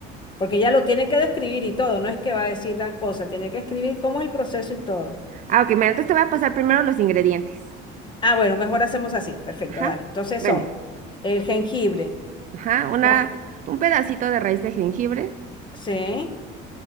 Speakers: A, on the left; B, on the right.
A: Porque ella lo tiene que describir y todo, no es que va a decir tal cosa, tiene que escribir cómo es el proceso y todo.
B: Ah, ok, mira, entonces te voy a pasar primero los ingredientes.
A: Ah, bueno, mejor hacemos así. Perfecto,
B: Ajá.
A: dale. Entonces
B: Bueno,
A: son el jengibre.
B: ajá, una,
A: No,
B: un pedacito de raíz de jengibre,
A: sí,